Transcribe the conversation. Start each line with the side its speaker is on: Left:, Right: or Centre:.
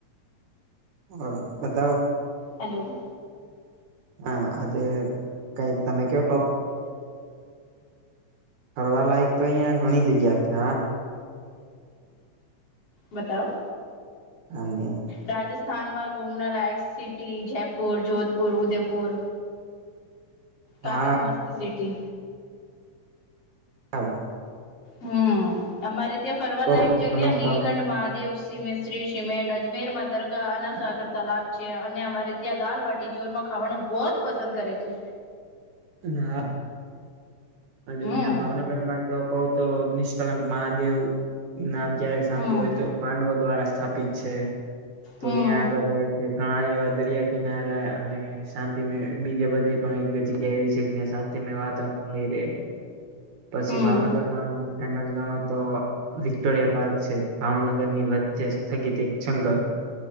Right: ઓ બતાવ
Left: હલો
Right: હા આજે કઈક તમે કેવ ફલાાયક તો અહિયાં ઘણી જગ્યા છે હ
Left: બતાવ
Right: હમ
Left: રાજસ્થાનમાં ઘુમના લાયક સિટી જયપુર જોધપુર ઉદયપુર કાફી
Right: હા
Left: મસ્ત સિટી.
Right: આમ
Left: હમ્મ અમારે ત્યાં ફરવાલાયક
Right: ધર્મ
Left: જગ્યા
Right: સ્થળ
Left: નીલકંઠ મહાદેવ <unintelligible> સિમેન્ટ અજમેર માં દરગાહ આના સાગર તલાબ છે અને અમારે ત્યાં દાલબટી ચોરમાં ખાવાનું બહુ જ પસંદ કરે છે.
Right: ના હા. અને
Left: હમ
Right: અહંયા ભાવનગર માં તો કવો તો નિષ્કલંક મહાદેવ નામ ક્યારેક સાંભળ્યું
Left: હમ
Right: હોય તો પાંડવો દ્વારા સ્થાપિત છે. તો
Left: હમ
Right: ત્યાં આગળ જાય છે ઘણા એવા દરિયા કિનારા અને શાંતિમય બીજે બધે પણ એક બે જગ્યા એવી છે જ્યાં શાંતિમય વાતાવરણ મળી રહે. પછી
Left: હમ
Right: ભાવનગરમાં ફેમસ ગણો તો વિક્ટોરિયા પાર્ક છે ભાવનગર ની વચ્ચે સ્થગિત એક જંગલ